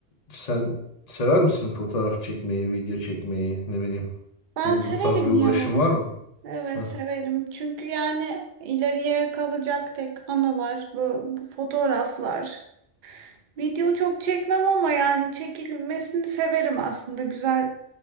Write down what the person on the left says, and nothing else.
sen sever misin fotoğraf çekmeyi, video çekmeyi, ne bileyim.
Bu
bu tarz bir uğraşın
var mı?
Heh.